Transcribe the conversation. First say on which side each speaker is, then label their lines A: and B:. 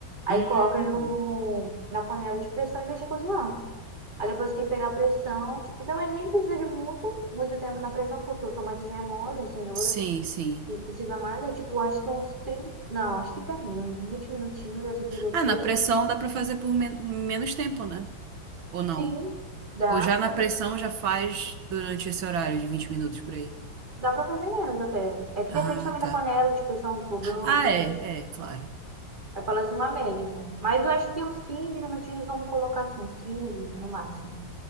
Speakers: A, on the right (about 25°); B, on the right (about 85°).
A: Aí
B: Hum.
A: coloca no, na panela de pressão e deixa cozinhar. Aí depois que pegar a pressão, tipo, também nem precisa de muito, muito tempo na pressão, porque o tomate já é mole, a cenoura
B: Sim, sim.
A: E precisa mais, é tipo, acho que uns trinta Não, acho que dá menos, uns 20 minutinhos assim tu já
B: Ah,
A: tira.
B: na pressão dá pra fazer por men- menos tempo, né? Ou não?
A: Sim, dá,
B: Ou já
A: sim.
B: na pressão já faz durante esse horário de 20 minutos por aí.
A: Dá pra fazer menos até. É que depende
B: Ah,
A: também
B: tá.
A: da panela, de pressão do fogão,
B: Ah,
A: depende.
B: é,
A: de-
B: é, claro.
A: Eu falo assim uma média, né? Mas eu acho que uns 15 minutinhos vamos colocar assim, uns 15 no máximo.